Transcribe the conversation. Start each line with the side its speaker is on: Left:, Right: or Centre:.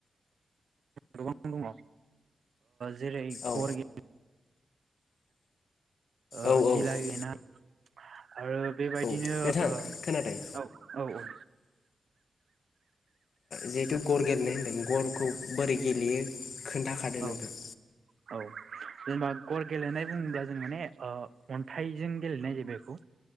Right: गोबां दङ ओ जेरै
Left: औ
Right: गर गे ओ
Left: औ
Right: गिला
Left: औ
Right: गेनाय ओ बेबायदिनो
Left: नोंथां
Right: ओ
Left: खोनादों
Right: औ औ औ
Left: जिहेथु गर गेलेनाय होन्दों गरखौ बोरै गेलेयो खोन्थाखादो
Right: औ
Left: नोंथां?
Right: औ जेनेबा गर गेलेनाय बुङोब्ला जों माने ओ अन्थाइजों गेलेनाय जायो बेखौ।